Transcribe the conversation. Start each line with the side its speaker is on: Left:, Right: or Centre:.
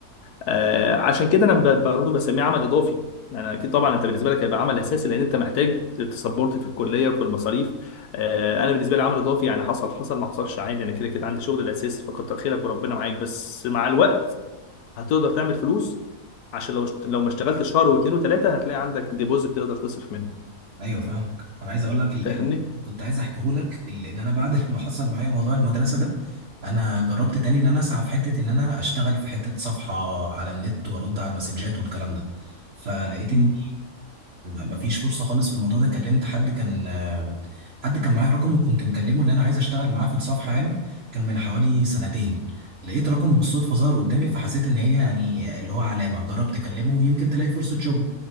Left: آه عشان كده انا ب- برضه بسميه عمل اضافي انا اكيد طبعا انت بالنسبه لك هيبقى عمل اساسي لان انت محتاج تسبورت في الكليه وفي المصاريف آه انا بالنسبه لي عمل اضافي يعني حصل حصل ما حصلش عادي انا كده كده عندي شغل الاساسي فكتر خيرك وربنا معاك بس مع الوقت هتقدر تعمل فلوس عشان لو اشت- لو ما اشتغلت شهر واثنين وثلاثه هتلاقي عندك ديبوزيت تقدر تصرف منه
Right: ايوه فاهمك انا عايز اقول لك ال...
Left: فاهمني؟
Right: ال... كنت عايز احكيه لك ال... ان انا بعد <laughs> ما حصل معايا موضوع المدرسه ده انا جربت تاني ان انا اسعى في حته ان انا اشتغل في حته صفحه على النت وارد على المسجات والكلام ده فلقيت
Left: مم.
Right: ان ما فيش فرصه خالص في الموضوع ده كلمت حد كان حد كان معايا رقمه وكنت مكلمه ان انا عايز اشتغل معاه في الصفحه يعني كان من حوالي سنتين لقيت رقمه بالصدفه ظهر قدامي فحسيت ان هي يعني اللي هو علامه جربت اكلمه يمكن تلاقي فرصه شغل